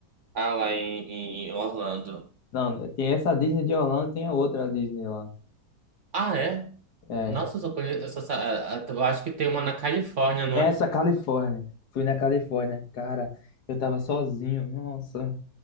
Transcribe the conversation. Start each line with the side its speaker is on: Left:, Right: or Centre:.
Right: Ah, lá em, em Orlando.
Left: Não, tem essa Disney de Orlando, tem a outra Disney lá.
Right: Ah, é?
Left: É,
Right: Nossa, eu só conheço. Eu, só, sa- a- a- eu acho que tem uma na Califórnia, não
Left: essa
Right: é?
Left: Califórnia. Fui na Califórnia, cara, eu tava sozinho, nossa,